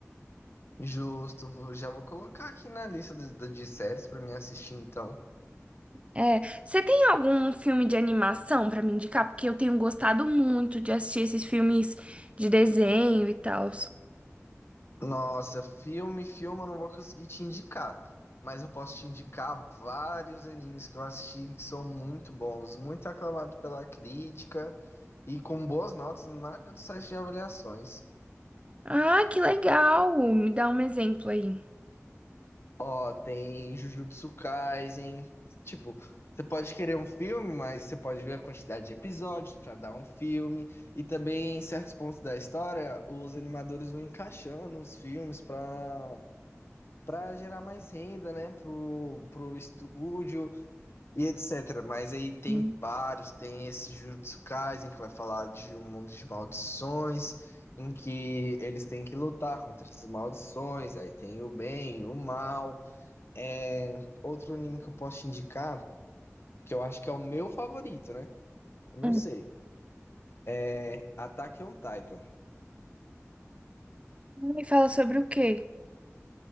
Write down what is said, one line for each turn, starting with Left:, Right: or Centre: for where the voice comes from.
Left: justo. vou- Já vou colocar aqui na lista de, de séries pra mim assistir então.
Right: É, você tem algum filme de animação pra me indicar? Porque eu tenho gostado muito de assistir esses filmes de desenho e tal.
Left: Nossa, filme, filme, eu não vou conseguir te indicar, mas eu posso te indicar vários animes que eu assisti que são muito bons, muito aclamados pela crítica e com boas notas na maioria dos sites de avaliações.
Right: Ah, que legal! Me dá um exemplo aí.
Left: Ó, tem Jujutsu Kaisen, tipo, você pode querer um filme, mas você pode ver a quantidade de episódios pra dar um filme e também em certos pontos da história, os animadores vão encaixando uns filmes pra para gerar mais renda, né, pro, pro estúdio e etc. Mas aí tem
Right: Hum.
Left: vários, tem esse Jujutsu Kaisen que vai falar de um mundo de maldições, em que eles têm que lutar contra essas maldições, aí tem o bem, o mal. É... Outro anime que eu posso te indicar, que eu acho que é o meu favorito, né? Eu não
Right: Hum,
Left: sei. É Attack on Titan.
Right: Me fala sobre o quê?